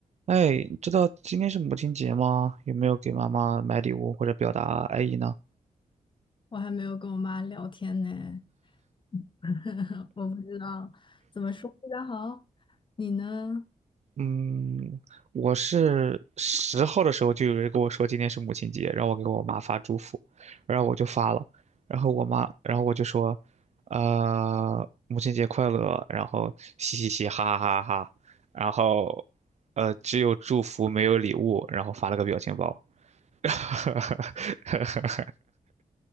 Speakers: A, on the right (about 55°); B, on the left (about 35°).
A: 哎，你知道今天是母亲节吗？有没有给妈妈买礼物或者表达爱意呢？
B: 我还没有跟我妈聊天呢，<laughs> 我不知道怎么说比较好。你呢？
A: 嗯，我是十号的时候就有人跟我说今天是母亲节，让我给我妈发祝福，然后我就发了，然后我妈，然后我就说，呃，母亲节快乐，然后嘻嘻嘻，哈哈哈哈，然后，呃，只有祝福没有礼物，然后发了个表情包，<laughs>